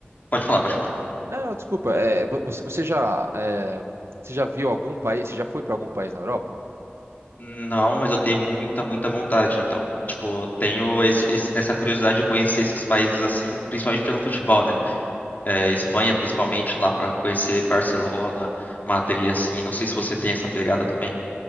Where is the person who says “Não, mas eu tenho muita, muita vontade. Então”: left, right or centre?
Left